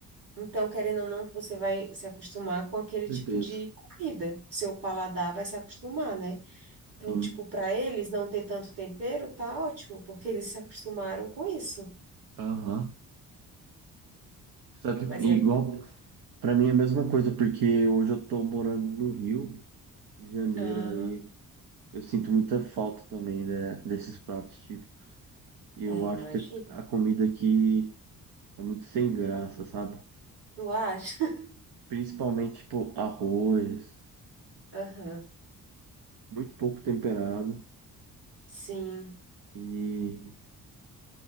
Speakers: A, on the right; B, on the right.
A: Então, querendo ou não, você vai se acostumar com aquele
B: Com certeza.
A: tipo de comida. Seu paladar vai se acostumar, né? Então,
B: Sim.
A: tipo, para eles não ter tanto tempero, tá ótimo, porque eles se acostumaram com isso.
B: Aham. Sabe,
A: Mas
B: que-
A: é.
B: igual, pra mim é a mesma coisa, porque hoje eu tô morando no Rio de Janeiro,
A: Ah,
B: aí eu sinto muita falta também né, desses pratos típicos. E
A: é,
B: eu acho
A: imagino.
B: que a comida aqui é muito sem graça, sabe?
A: Tu acha? <laughs>
B: Principalmente, tipo, arroz,
A: Aham.
B: muito pouco temperado.
A: Sim.
B: E,